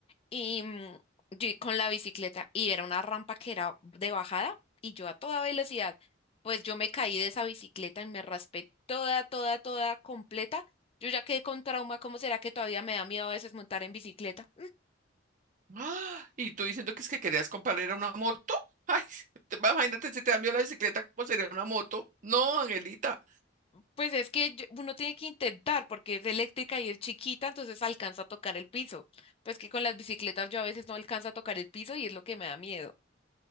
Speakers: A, on the left (about 30°); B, on the right (about 40°).
A: y mm, yo con la bicicleta y era una rampa que era de bajada y yo a toda velocidad, pues yo me caí de esa bicicleta y me raspé toda, toda, toda completa. Yo ya quedé con trauma, ¿cómo será que todavía me da miedo a veces montar en bicicleta?
B: ¡Ah! Y tú diciendo que es que querías comprar era una moto. <laughs> Ay, te- imagínate si te cambió la bicicleta, ¿cómo sería una moto? No, Angelita.
A: Pues es que yo- uno tiene que intentar porque es eléctrica y es chiquita, entonces alcanza a tocar el piso. Pues que con las bicicletas yo a veces no alcanza a tocar el piso y es lo que me da miedo.